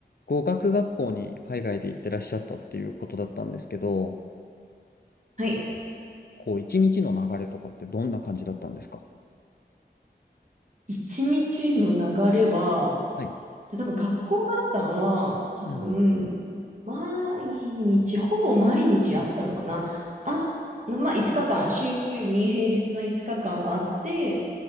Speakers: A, on the left; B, on the right.
A: 語学学校に海外で行ってらっしゃったっていうことだったんですけど、
B: はい。
A: こう、一日の流れとかってどんな感じだったんですか
B: 一日の流れは、
A: はい。
B: 多分学校があったのは、多分、
A: うん。
B: 毎日、ほぼ毎日あったのかな。あ、まあ、5日間、週に平日の5日間はあって、